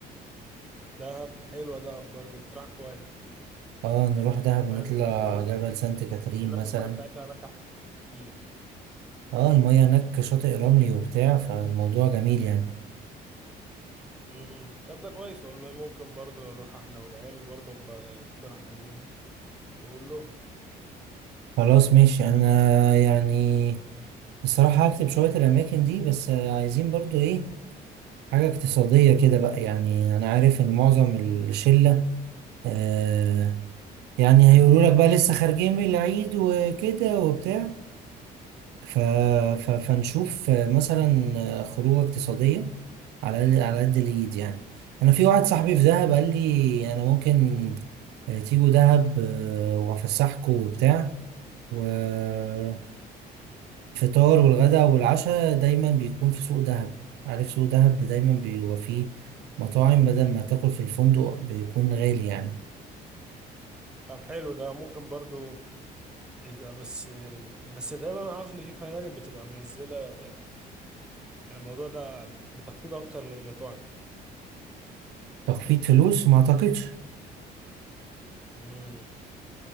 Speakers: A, in the centre; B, on the right.
A: دهب حلوة دهب برضه اقتراح كويس
B: اه نروح دهب ونطلع
A: فاهم يعني
B: جبل سانت كاترين
A: يقول لك
B: مثلا
A: المية بتاعتها هناك أحسن بكتير
B: اه المية هناك شاطئ رملي وبتاع فالموضوع جميل يعني
A: امم طب ده كويس والله ممكن برضه نروح إحنا والعيال وبرضه أبقى اقتراح عليهم وأقول لهم
B: خلاص ماشي انا يعني الصراحة هكتب شوية الأماكن دي بس عايزين برضو ايه حاجة اقتصادية كده بقى يعني أنا عارف إن معظم الشلة آه يعني هيقولوا لك بقى لسه خارجين من العيد وكده وبتاع ف... ف... فنشوف مثلا خروجة اقتصادية على قد- على قد الإيد يعني أنا في واحد صاحبي في دهب قال لي أنا ممكن آه، تيجوا دهب آه، وأفسحكوا وبتاع والفطار والغداء والعشاء دايما بيكون في سوق دهب عارف سوق دهب دايما بيبقى فيه مطاعم بدل ما تاكل في الفندق بيكون غالي يعني
A: طب حلو ده ممكن برضه يبقى بس بس تقريبا انا عارف ان في فنادق بتبقى منزله يعني الموضوع ده بتخفيض اكتر من المطاعم
B: تخفيض فلوس ما أعتقدش
A: امم